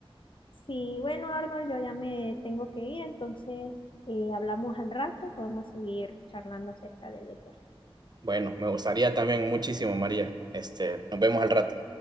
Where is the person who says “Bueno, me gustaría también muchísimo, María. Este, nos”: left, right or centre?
Right